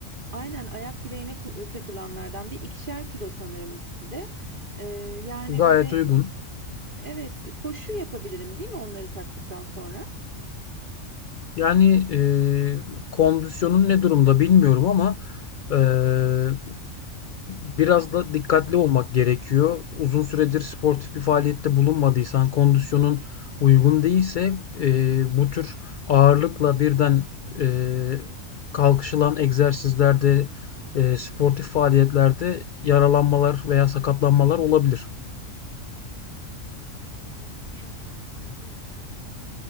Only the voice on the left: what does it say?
Gayet
uygun.
Yani eee, kondisyonun ne durumda bilmiyorum ama eee, biraz da dikkatli olmak gerekiyor. Uzun süredir sportif bir faaliyette bulunmadıysan, kondisyonun uygun değilse e, bu tür ağırlıkla birden e, kalkışılan egzersizlerde, e, sportif faaliyetlerde yaralanmalar veya sakatlanmalar olabilir.